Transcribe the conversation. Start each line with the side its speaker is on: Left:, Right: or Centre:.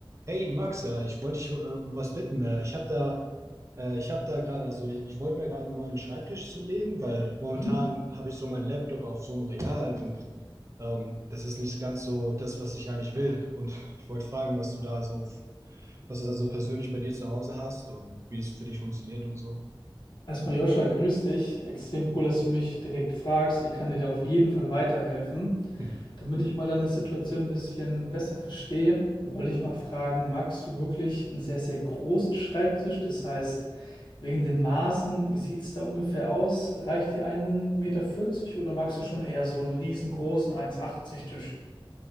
Right: Hey Max, äh, ich wollte dich äh, um was bitten. Äh, ich habe da, äh, ich habe da gerade, also ich, ich wollte mir gerade einen neuen Schreibtisch zulegen, weil momentan
Left: Mhm.
Right: habe ich so meinen Laptop auf so einem Regal und ähm, das ist nicht ganz so das, was ich eigentlich will. Und ich wollte fragen, was du da so, was du da so persönlich bei dir zu Hause hast und wie das für dich funktioniert und so.
Left: Erstmal Joscha, grüß dich. Extrem cool, dass du mich direkt fragst. Ich kann dir da auf jeden Fall weiterhelfen.
Right: Mhm.
Left: Damit ich mal deine Situation ein bisschen besser verstehe, wollte ich mal fragen, magst du wirklich einen sehr, sehr großen Schreibtisch? Das heißt, wegen den Maßen, wie sieht es da ungefähr aus? Reicht dir ein Meter vierzig oder magst du schon eher so einen riesengroßen eins Komma achtzig Tisch?